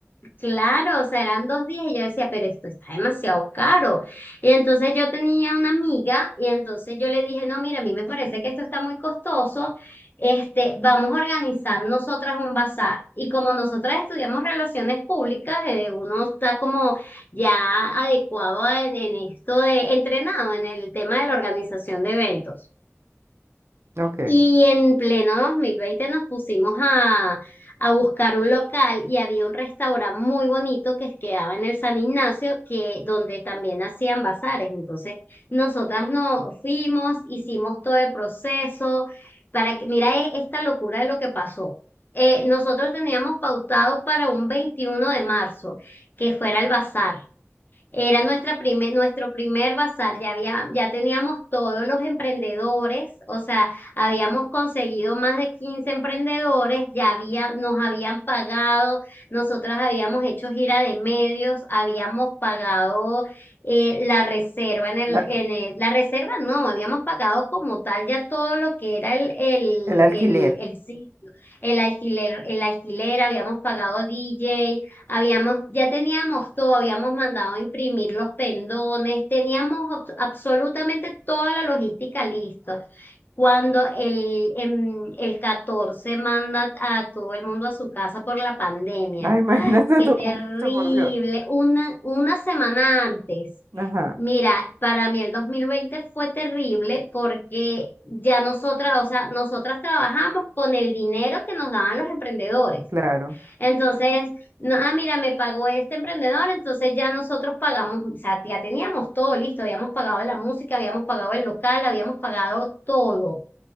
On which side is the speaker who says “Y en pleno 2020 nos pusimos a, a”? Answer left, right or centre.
Left